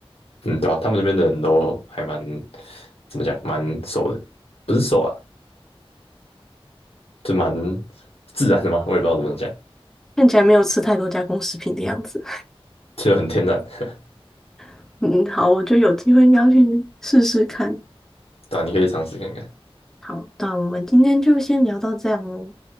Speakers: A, on the left; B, in the centre.
A: 嗯，对啊。他们那边的人都还蛮怎么讲，蛮瘦的，不是瘦啊，就蛮自然的嘛，我也不知道怎么讲，
B: 看起来没有吃太多加工食品的样子。
A: 就很天然。<laughs>
B: <laughs> 嗯，好，我就有机会应该要去试试看。
A: 对啊，你可以尝试看看。
B: 好，那我们今天就先聊到这样哦，